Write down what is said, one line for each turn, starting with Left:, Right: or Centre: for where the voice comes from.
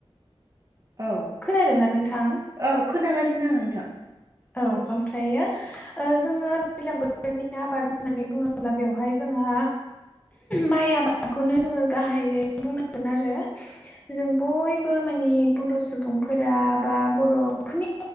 Right: औ।
Left: खोनादोंना नोंथां?
Right: औ खोनागासिनो आं नोंथां।
Left: औ ओमफ्रायो। ओ जोङो दैलां बोथोरनि आबाद होननानै बुङोब्ला बेवहाय जोंहा माइ आबादखौनो जोङो गाहायै बुंनांगोन आरो। जों बयबो माने बर' सुबुंफोरा बा बर'फोरनि